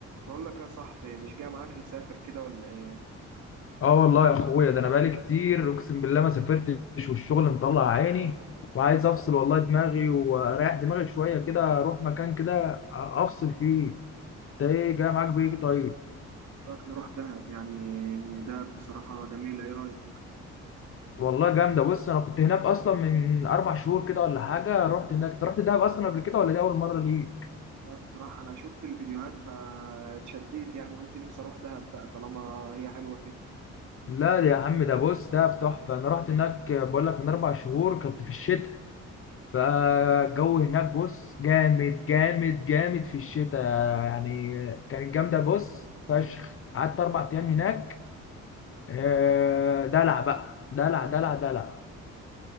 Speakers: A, on the right (about 70°); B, on the left (about 45°).
A: بقول لك يا صاحبي مش جاي معاك نسافر كده ولا ايه
B: اه والله يا اخويا ده انا بقالي كتير اقسم بالله ما سافرتش والشغل مطلع عيني وعايز افصل والله دماغي واريح دماغي شويه كده اروح مكان كده افصل فيه ده ايه جاي معاك بايه طيب
A: رايك نروح دهب يعني دهب بصراحة جميلة ايه رايك
B: والله جامده بص انا كنت هناك اصلا من اربع شهور كده ولا حاجه رحت هناك انت رحت دهب اصلا قبل كده ولا دي اول مره ليك
A: لا بصراحة انا شفت الفيديوهات فاتشديت يعني قلت نفسي اروح دهب بقى طالما هي حلوة كده
B: لا يا عم ده بص ده تحفه انا رحت هناك بقول لك من اربع شهور كنت في الشتاء فالجو هناك بص جامد جامد جامد في الشتاء يعني كانت جامدة بص فشخ قعدت أربع أيام هناك آه، دلع بقى دلع دلع دلع